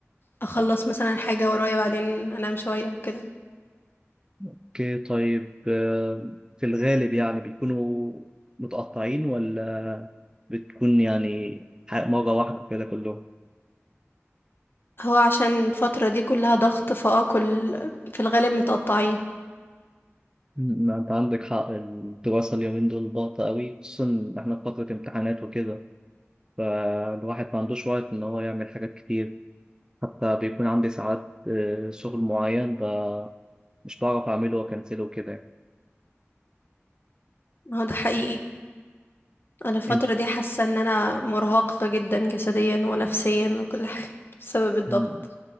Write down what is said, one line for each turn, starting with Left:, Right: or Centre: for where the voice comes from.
Left: اخلص مثلا حاجة ورايا بعدين انام شوية وكده
Right: اوكي طيب آه، في الغالب يعني بيكونوا متقطعين ولا بتكون يعني ح- مرة واحدة كده كلهم
Left: هو عشان الفترة دي كلها ضغط فاه كل في الغالب متقطعين
Right: م- انت عندك حق الدراسة اليومين دول ضغطة قوي خصوصا إن احنا في فترة امتحانات وكده فالواحد ما عندوش وقت ان هو يعمل حاجات كتير حتى بيكون عندي ساعات آه، شغل معين ب- مش بعرف اعمله واكنسله وكده يعني.
Left: هو ده حقيقي انا الفتره
Right: انت
Left: دي حاسه ان انا مرهقه جدا جسديا ونفسيا وكل حاجه <laughs> بسبب الضغط
Right: م-